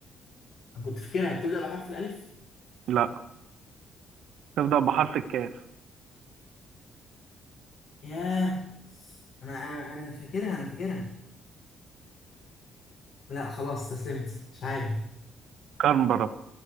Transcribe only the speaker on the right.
لا تبدأ بحرف الكاف
كانبرا